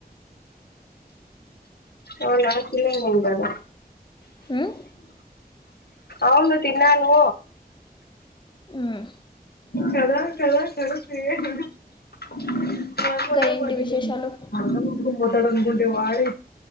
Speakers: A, on the left (about 80°); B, on the left (about 30°).
A: అవునా తినేమంటారు
B: మ్మ్
A: అవును తిన్నాను
B: మ్మ్
A: కదా కద <unintelligible>
B: ఇంకా ఏంటి విశేషాలు
A: మొట్డంద గుంటే వాడ